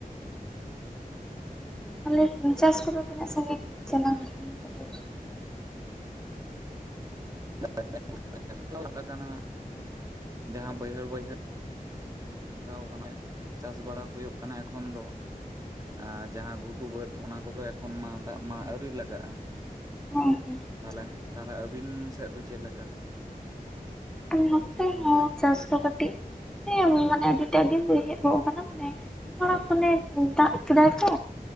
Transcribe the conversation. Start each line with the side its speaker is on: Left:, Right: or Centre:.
Centre: ᱟᱞᱮ ᱪᱟᱥ ᱠᱚᱫᱚ ᱛᱤᱱᱟᱹᱜ ᱥᱟᱺᱜᱤᱧ ᱪᱟᱞᱟᱣ ᱦᱩᱭᱩᱜ ᱠᱟᱱ ᱛᱟᱯᱮᱭᱟ?
Right: <unintelligible> ᱟᱠᱟᱱᱟ ᱡᱟᱦᱟᱸ ᱵᱟᱹᱭᱦᱟᱹᱲ ᱵᱟᱹᱭᱦᱟᱹᱲ᱾ ᱞᱟᱜᱟᱣ ᱠᱟᱱᱟ᱾ ᱪᱟᱥ ᱵᱟᱲᱟ ᱦᱩᱭᱩᱜ ᱠᱟᱱᱟ ᱮᱠᱷᱚᱱ ᱫᱚ᱾ ᱟᱨ ᱡᱟᱦᱟᱸ ᱜᱷᱩᱴᱩ ᱵᱟᱹᱫᱽ ᱚᱱᱟ ᱠᱚᱫᱚ ᱮᱠᱷᱚᱱ ᱢᱟ ᱫᱟᱜ ᱢᱟ ᱟᱹᱣᱨᱤ ᱞᱟᱜᱟᱜᱼᱟ᱾
Centre: ᱦᱚᱸ
Right: ᱛᱟᱦᱞᱮ ᱛᱟᱦᱞᱮ ᱟᱹᱵᱤᱱ ᱥᱮᱫ ᱫᱚ ᱪᱮᱫᱞᱮᱠᱟ?
Centre: <unintelligible> ᱱᱟᱛᱮ ᱦᱚ᱾ ᱪᱟᱥ‌ ᱠᱚ ᱠᱟᱴᱤᱡ ᱦᱮ ᱢᱟᱱᱮ ᱟᱰᱤ ᱴᱟᱜ ᱜᱮ <unintelligible> ᱠᱟᱱᱟ ᱢᱟᱱᱮ᱾ ᱛᱷᱚᱲᱟ ᱠᱷᱚᱱᱮ ᱫᱟᱜ ᱠᱮᱫᱟᱭ ᱛᱚ